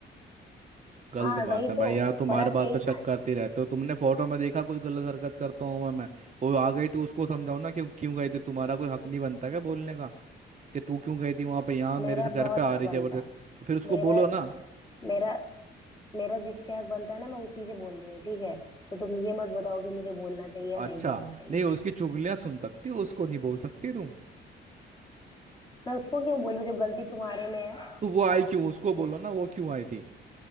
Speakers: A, on the right; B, on the left.
A: गलत
B: हाँ
A: बात
B: वही
A: है भाई
B: तो
A: यार तुम
B: फर्क
A: हर बात
B: यही
A: पर
B: है
A: शक
B: ना
A: करते रहते हो तुमने फोटो में देखा कुछ गलत हरकत करता हूँ मैं मैं वो आ गई तो उसको समझाओ ना क्यों क्यों गई थी तुम्हारा कोई हक नहीं बनता क्या बोलने का कि तू क्यों गई थी वहां पे यहाँ मेरे
B: मेरा
A: से घर
B: बहुत
A: पे आ
B: हक
A: रही
B: बनता
A: जबरदस्त
B: है
A: तो फिर उसको
B: मेरा
A: बोलो ना
B: मेरा मेरा जिससे हक बनता है ना मैं उसी से बोल रही हूँ ठीक है तो तुम ये मत बताओ कि मुझे बोलना चाहिए
A: तो
B: या नहीं
A: अच्छा
B: बोलना चाहिए
A: नहीं उसकी चुगलियां सुन सकती हो उसको नहीं बोल सकती तुम
B: मैं उसको क्यों बोलूँ जब गलती तुम्हारे में है
A: तो वो आई क्यों उसको बोलो ना वो क्यों आई थी